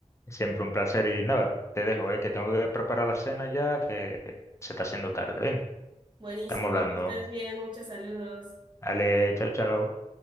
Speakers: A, on the left (about 25°); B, on the right (about 40°).
A: Siempre un placer y nada, te dejo, eh, que tengo que preparar la cena ya, que se está haciendo tarde. Ven,
B: Buenísimo,
A: estamos hablando.
B: que estés bien, muchos saludos.
A: Ale,
B: Chao.
A: chao, chao.